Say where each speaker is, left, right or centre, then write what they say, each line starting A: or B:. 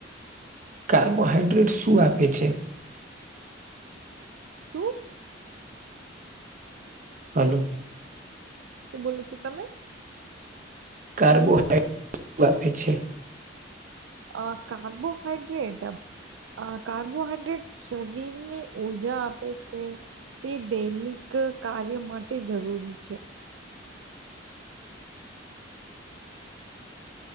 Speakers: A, on the right; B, on the right.
A: કાર્બોહાઈડ્રેટ શું આપે છે.
B: શું
A: હલોો
B: શું બ છે, તમે
A: કાર્બોહાઈડ્રેટ આપપે છે.
B: આ કાર્બોહૈડ્રેટ આ કાર્બોહાઈડ્રેટ શરીર ની ઉર્જા આપે છે. તે દૈનિક કાર્ય માટે જરૂરી છે.
A: હ